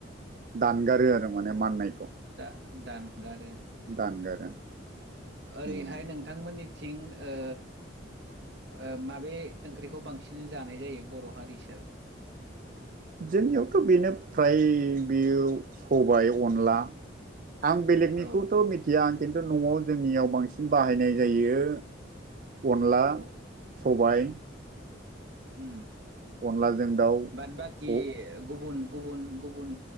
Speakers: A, on the right (about 45°); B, on the right (about 65°).
A: दानगारो आरो माने माननायखौ
B: दा-दानगारो
A: दानगारो
B: ओरैहाय
A: उम
B: नोंथांमोननि थिं ओ ओ माबे ओंख्रिखौ बांसिन जानाय जायो? बर' हारि हिसाबै।
A: जोंनियावथ' बेनो फ्राय बेयो सबाय अनला आं बेलेगनिखौथ'
B: औ
A: मिथिया आं खिन्थु न'आव जोंनियाव बांसिन बाहायनाय जायो। अनला,
B: औ
A: सबाय
B: उम
A: अनलाजों दाउ
B: बाद बाखि गुबुन गुबुन गुबुन